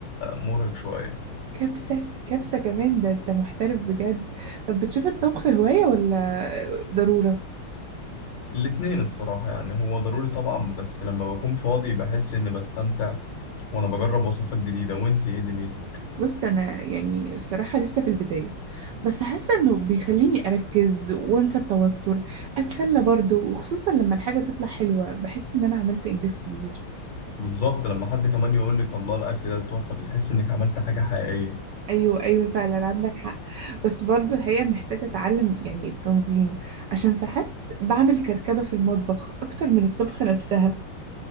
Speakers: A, on the left; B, on the right.
A: مرهق شوية
B: كبسه كبسه كمان ده انت محترف بجد طب بتشوف الطبخ هوايه ولا ضروره
A: الاتنين الصراحة يعني هو ضروري طبعا بس لما بكون فاضي بحس إني بستمتع وأنا بجرب وصفات جديدة وإنتي إيه دنيتك؟
B: بص انا يعني الصراحه لسه في البدايه بس حاسه انه بيخليني اركز وانسى التوتر اتسلى برضه وخصوصا لما الحاجه تطلع حلوه بحس ان انا عملت انجاز كبير
A: بالظبط لما حد كمان يقول لك الله الاكل ده تحفه بتحس انك عملت حاجه حقيقيه
B: ايوه ايوه فعلا عندك حق بس برضه الحقيقه محتاجه اتعلم يعني التنظيم عشان ساعات بعمل كركبه في المطبخ اكتر من الطبخه نفسها